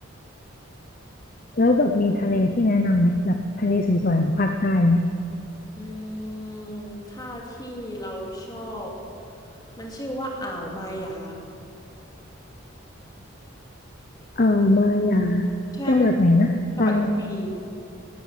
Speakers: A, on the left; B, on the left.
A: ๆแล้วแบบมีทะเลที่แนะนำไหมแบบทะเลสวยๆของภาคใต้เนี่ย
B: อืมค่าที่เราชอบ มันชื่อว่าอ่าวมายา
A: อ่าวมาหยา
B: ใช่
A: จังหวัดไหนนะตัง
B: มันจังหวัดกระบี่